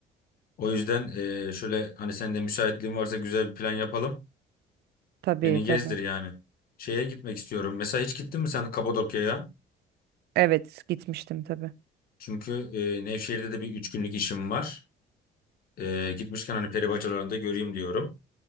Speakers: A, on the left (about 60°); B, on the right (about 70°).
A: O yüzden e, şöyle hani sen de müsaitliğin varsa güzel bir plan yapalım.
B: Tabii
A: Beni
B: tabii.
A: gezdir yani. Şeye gitmek istiyorum. Mesela hiç gittin mi sen Kapadokya'ya?
B: Evet gitmiştim tabii.
A: Çünkü e, Nevşehir'de de bir üç günlük işim var. E, gitmişken hani peri bacalarını da göreyim diyorum.